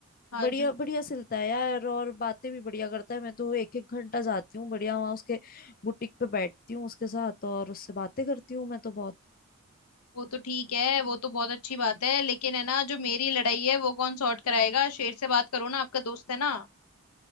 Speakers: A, on the left; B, on the left.
A: हाँ
B: बढ़िया
A: जू
B: बढ़िया सिलता है यार और बातें भी बढ़िया करता है मैं तो एक एक घंटा जाती हूँ बढ़िया वहां उसके बुटीक पे बैठती हूँ उसके साथ और उससे बातें करती हूँ मैं तो बहुत
A: वो तो ठीक है वो तो बहुत अच्छी बात है लेकिन है ना जो मेरी लड़ाई है वो कौन सॉर्ट कराएगा शेर से बात करो ना आपका दोस्त है ना